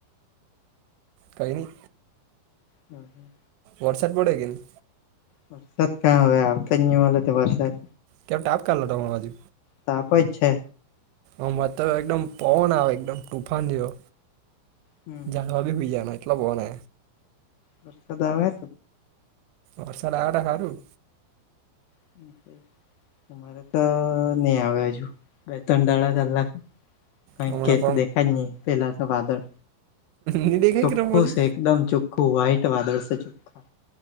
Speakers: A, on the right (about 80°); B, on the left (about 75°).
A: કઈની.
B: હમ હમ.
A: વરસાદ પડે કે ની.
B: વરસાદ ક્યાં હવે આવતા જ નઈ મલે તો વરસાદ.
A: કેમ તાપ કારલો તમાર બાજુ.
B: તાપ જ છે.
A: અમારે તો એકદમ પવન આવે એકદમ તુફાન જેવો
B: હમ હમ.
A: જાડવા બી હુઈ જવાના. અ બો ને.
B: વરસાદ આવે.
A: વરસાદ આવે તો હારું.
B: <inaudible> અમારે તો નઈ આવે હજુ, બે તણ કાળલાખે. ક
A: હમણાં
B: કે તો દેખા જ નહી પેલા તો વાદળ.
A: ની દેખાય
B: ચોખ્ખું
A: કે તમાર બાજુ?
B: છે એકદમ ચોખ્ખું વ્હાઈટ વાદળ છે. ચોખ્ખા.